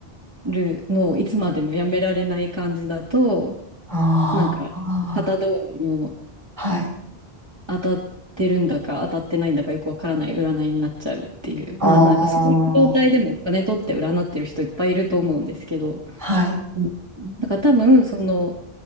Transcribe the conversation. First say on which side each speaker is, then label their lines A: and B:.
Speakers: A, on the right; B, on the right.
A: るのをいつまでもやめられない感じだと、
B: ああ、
A: なんか、型通りの
B: はい。
A: 当たってるんだか当たってないんだかよくわからない占いになっちゃうっていう。
B: ああ、
A: まあなんかそういう状態でもお金取って占ってる人いっぱいいると思うんですけど、
B: はい。
A: うんだから多分その